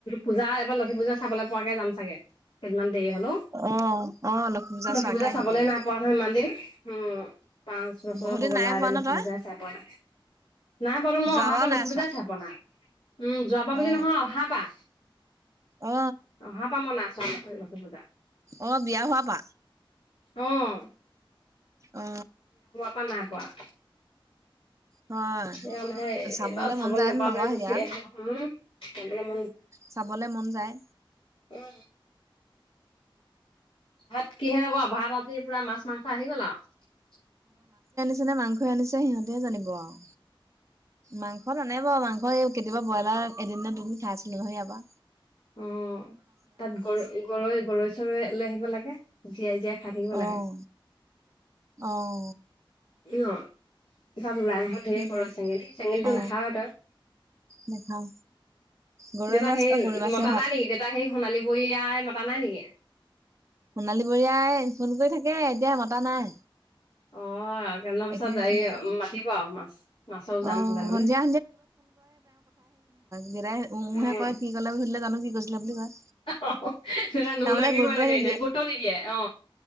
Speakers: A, on the left; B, on the right.
A: পূজা এবাৰ লক্ষী পূজা চাবলৈ পোৱাকে যাম চাগে কেইদমান দেৰি হলো
B: অ অ
A: লক্ষী
B: চোৱাকে
A: পূজা
B: আহিবি
A: চাবলৈ
B: আৰু।
A: নাইপোৱা নহয় ইমান দিন ওঁ পাঁচ বছৰ
B: বহুত
A: হৈ
B: দিন
A: গল
B: নাই
A: আ এতিয়া
B: পোৱা
A: লক্ষী
B: ন তই?
A: পূজাই চাই পোৱা নাই নাই পোৱা টোন মই
B: যোৱাবাৰো
A: অহা পা লক্ষীপূজাই
B: নাই চোৱা।
A: চাই পোৱা নাই যোৱাৰ পা
B: অ
A: বুলি নহয় অহাৰ পা
B: অ
A: অহা পা মই না চোৱা লক্ষী পূজা
B: অ বিয়া হোৱা পা
A: উম
B: অ
A: পা নাই পোৱা
B: হয়
A: সেই ম হে
B: চাবলে
A: এইবাৰ চাবলৈ
B: মন যায়
A: নাপালে
B: নে নকয়
A: গুচি
B: ইয়াত?
A: আহিলো হম চাব
B: চাবলে মন যায়
A: উম ভাত কিহে হব ভাত আজ পুৰা মাছ মাংস আহি গ'ল আৰু
B: যোনে মাংসই আনিছে সিহঁতেহে জানিব আৰু মাংসত নানে বাৰু মাংস এই কেতিয়াবা বইলাৰ এদিন ন দুদিন খাইচিলো হে ইয়াৰ পা
A: অ তাত গৰ গৰৈ গৰৈ চৰৈ লৈ আহিব লাগে জীয়াই জীয়াই খাই থাকিব লাগে
B: আহ আহ
A: ন তাত ওলাই নহই ঢেৰ
B: সেইটোৱে
A: গৰৈ চেঙেলী চেঙেলীটো
B: অ
A: নাখাৱই তই
B: নাখাও গৰৈ
A: দেউতাক
B: মাছ
A: সেই
B: অ গৰৈ মাছে
A: মতা
B: হয়
A: নাই নেকি দেউতাক সেই সোণালী বৰী আই মতা নাই নেকি
B: সোণালী বৰীয়াই ফোন কৰি থাকে এতিয়া মতা নাই
A: অ মান পিছত
B: একেদিন
A: এই
B: ফোন নাই
A: মাতিব আৰু মাছ মাছৰ উজান
B: অ
A: হলে মানে
B: সন্ধিয়া দেতাই উহে
A: উম
B: কয় কি কলে বুলি সুধিলে জানো কি কৈছিলে বুলি কয়
A: অ দেতাই নুহুনাকে
B: তাৰমানে গুৰুত্ব
A: কৈ থাকে
B: নিদিয়ে
A: এনে গুৰুত্ব নিদিয়ে অ